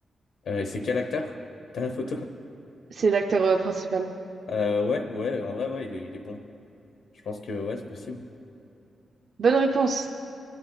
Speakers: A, on the left (about 70°); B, on the right (about 45°).
A: Euh, et c'est quel acteur? T'as la photo?
B: C'est l'acteur euh, principal.
A: Euh, ouais, ouais, en vrai, ouais, il est, il est bon. Je pense que, ouais, c'est possible.
B: Bonne réponse.